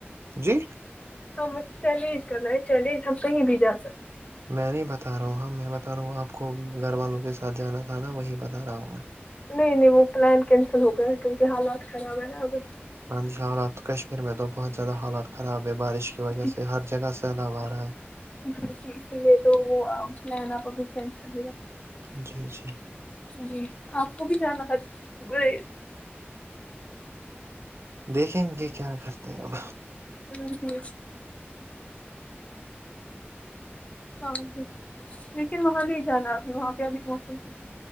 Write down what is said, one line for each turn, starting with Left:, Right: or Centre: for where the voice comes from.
Right: جی
Left: ہم چیلنج کرنا ہے چیلنج ہم کہیں بھی جا سکتے ہیں
Right: میں نہیں بتا رہا ہوں ہاں میں بتا رہا ہوں آپ کو گھر والوں کے ساتھ جانا تھا نا وہی بتا رہا ہوں میں
Left: نہیں نہیں وہ پلان کینسل ہو گیا ہے کیونکہ حالات خراب ہے نا اب
Right: ہ حالات کشمیر میں تو بہت زیادہ حالات خراب ہے بارش کی وجہ
Left: جی
Right: سے ہر جگہ سناوا رہا ہے <unintelligible>
Left: جی جی اس لیے تو وہلین آپ ابھی چین ہی رکھو <inaudible>
Right: جی جی
Left: جی آپ کو بھی جگ گ <inaudible>
Right: دیکھیں گے کیا کرتے ہیں اب
Left: ج <inaudible> ہاں جی لیکن وہاں نہیں جانا ابھی وہاں پہ ابھی موسم <inaudible>